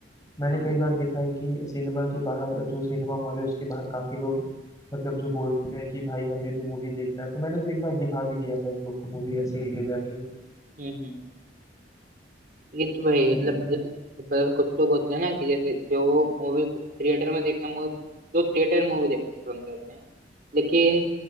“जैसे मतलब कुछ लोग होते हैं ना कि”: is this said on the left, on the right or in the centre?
Right